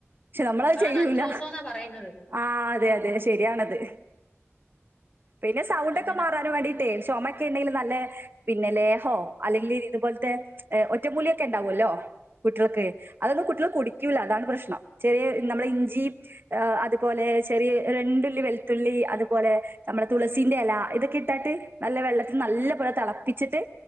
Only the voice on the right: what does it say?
പക്ഷെ നമ്മളത്
ചെയ്യൂല
ആഹ് അതെ അതെ ശെരിയാണത് പിന്നെ സൗണ്ടൊക്കെ
മാറാൻ വേണ്ടി ട്ടെ ചോമക്കെണ്ടങ്കിലും നല്ലാ പിന്നെ ലേഹോ അല്ലെങ്കില് ഇതുപോൽത്തെ ഒറ്റമൂലിക്കെ ഇണ്ടാവോല്ലോ? കുട്ടിൾക്ക് അതൊന്നും കുട്ടികൾ കുടിക്കൂല്ല അതാണ് പ്രശ്നം ചെറിയ നമ്മളെ ഇഞ്ചി അതുപോലെ ചെറിയ രണ്ടുള്ളി വെളുത്തുള്ളി, അതുപോലെ നമ്മുടെ തുളസിന്റെ എല ഇതൊക്കെ ഇട്ടാട്ട് നല്ല വെള്ളത്തിൽ നല്ല പോലെ തളപ്പിച്ചിട്ട്